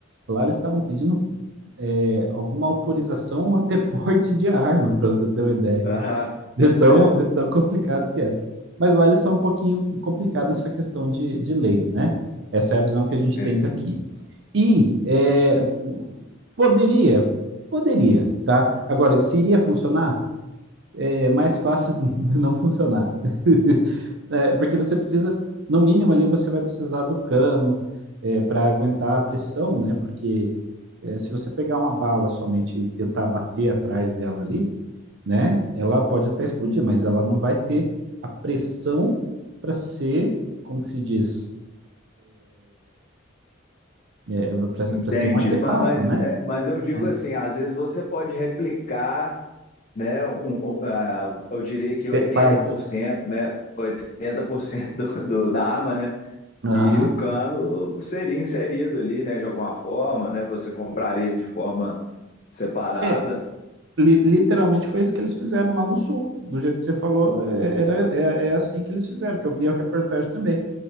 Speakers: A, on the right; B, on the left.
A: Lá eles estavam pedindo é, alguma autorização ou até <laughs> porte de arma, para você ter uma ideia.
B: Aham,
A: De
B: <laughs>
A: tão,
B: certo.
A: de tão complicado que era. Mas lá eles são um pouquinho complicados nessa questão de, de leis, né? Essa é a visão que a gente
B: sim.
A: tem daqui. E é, poderia, poderia, tá? Agora, se iria funcionar? é é mais fácil <laughs> de não funcionar. <laughs> É, porque você precisa, no mínimo ali, você vai precisar do cano é, para aguentar a pressão, né? Porque é, se você pegar uma bala somente e tentar bater atrás dela ali, né? Ela pode até explodir, mas ela não vai ter a pressão para ser, como que se diz? É,
B: Entendi.
A: para ser um artefato,
B: Ma- Mas,
A: né?
B: é, mas eu digo
A: É.
B: assim, às vezes você pode replicar, né? um- um, ah, eu diria que
A: Pe-
B: oitenta
A: Partes.
B: por cento, né? 80% do, do, da arma, né?
A: Aham.
B: E o cano seria inserido ali, né? De alguma forma, né? Você compraria ele de forma separada,
A: É, li- literalmente foi isso que eles fizeram lá no sul. Do jeito que você falou, é- era, é, é assim que eles fizeram, que eu vi a reportagem também.